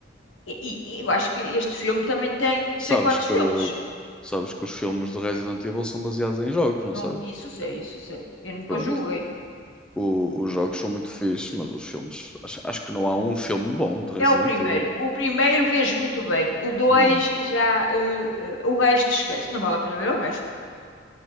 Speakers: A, on the left; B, in the centre.
A: E, e- e eu acho que este filme também tem não
B: sabes
A: sei quantos
B: que,
A: filmes.
B: sabes que os filmes de Resident Evil são baseados em jogos, não
A: Não,
B: sabes?
A: isso sei, isso sei. Eu nunca
B: Pronto.
A: julguei.
B: O- os jogos são muito fixes, mas os filmes. Acho, acho que não há um filme bom de Resident
A: É o primeiro.
B: Evil.
A: O primeiro vejo muito bem. O dois
B: Hum.
A: já. eh, eh, o resto esquece. Não vale a pena ver o resto.